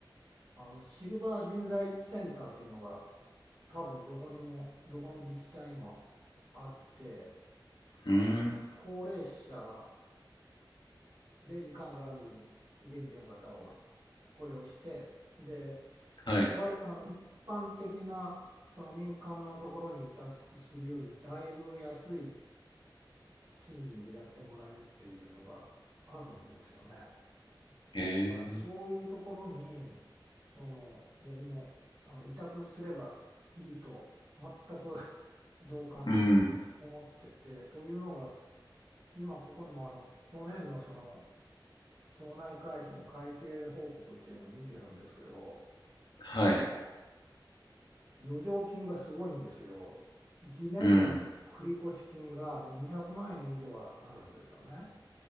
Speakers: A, on the right; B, on the left.
A: あの、シルバー人材センターっていうのが、多分どこにも、どこの自治体にもあって、あの、
B: うん
A: 高齢者で時間がある元気な方を <laughs> 雇用して、で、
B: はい
A: 割、あの、一般的な、その民間のところにタスクするより、だいぶ安い賃金でやってもらえるっていうのがあるんですよね。
B: へえ
A: だからそういうところにその僕もあの委託すればいいと全く <laughs> 同感で思っててというのが
B: うん
A: 今ここにもあの去年のその町内会費の会計報告っていうのを見てるんですけど
B: はい
A: 余剰金がすごいんですよ。次年度に繰越金がもう200万円以上はあるんですよね。
B: うん。